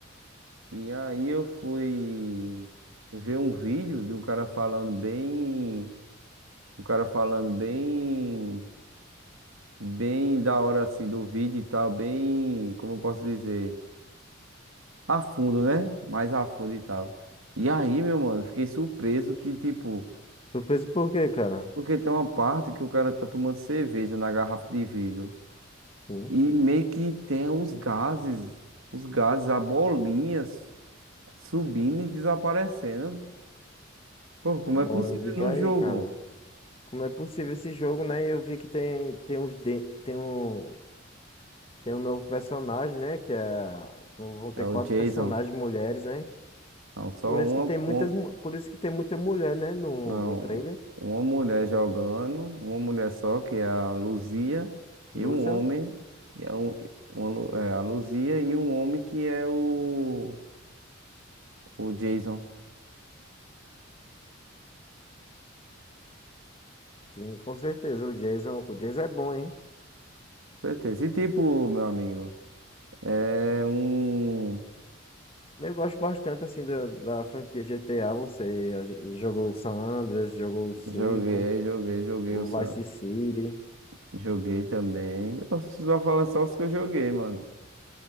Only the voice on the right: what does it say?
e aí eu fui ver um vídeo de um cara falando bem, um cara falando bem bem da hora assim do vídeo e tal, bem, como eu posso dizer, a fundo, né? Mais a fundo e tal. E aí, meu mano, fiquei surpreso que, tipo,
porque tem uma parte que o cara tá tomando cerveja na garrafa de vidro
e meio que tem os gases, os gases, a bolinha s- subindo e desaparecendo. Pô, como
é possível
no
jogo?
É o
Jason.
Não, só
uma,
uma,
Não,
uma mulher jogando, uma mulher só, que é a Luzia, e
um homem, que é, um, uma Lu- é, a Luzia, e um homem que é o, o Jason. Com
Certeza. E tipo, meu amigo, é um.
Joguei, joguei, joguei,
eu só...
joguei também. Eu só falo é só os que eu joguei, mano.